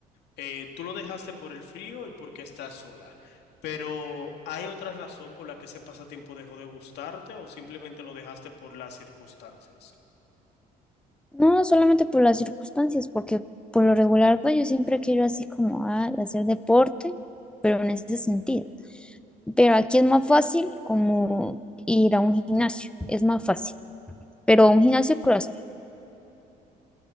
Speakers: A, on the left (about 80°); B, in the centre.
A: Eh, tú lo dejaste por el frío y porque estás sola, pero ¿hay otra razón por la que ese pasatiempo dejó de gustarte o simplemente lo dejaste por las circunstancias?
B: No, solamente por las circunstancias, porque por lo regular pues yo siempre quiero así como a hacer deporte, pero en ese sentido. Pero aquí es más fácil como ir a un gimnasio, es más fácil. pero un gimnasio CrossFit.